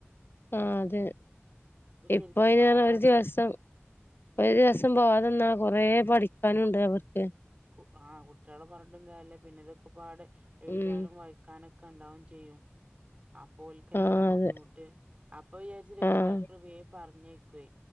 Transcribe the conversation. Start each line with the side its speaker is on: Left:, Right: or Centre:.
Left: ആഹ് അതെ
Right: ശരിക്കും
Left: ഇപ്പയ്നാറ്ഞ്ഞ
Right: മാറാതെ
Left: ഒരു ദിവസം ഒരു ദിവസം പോവാത് ന്നാ കൊറേ പഠിക്കാനുണ്ട് അവർക്ക്.
Right: കു ആഹ് കുട്ട്യാളെ പർഞ്ഞ്ട്ടും കാര്യല്ല പിന്നെ ഇതൊക്കെപ്പാട് എഴുതാനും
Left: ഉം
Right: വായിക്കാനൊ ക്കണ്ടാവും ചെയ്യും. അപ്പോല്ക്കെന്നേണ്
Left: ആഹ്
Right: ആ ബുദ്ധിമുട്ട്
Left: അതെ
Right: അപ്പ യാരിച്ച് രക്ഷിതാക്കള്
Left: ആഹ്
Right: വേ പർഞ്ഞയ്ക്കെ.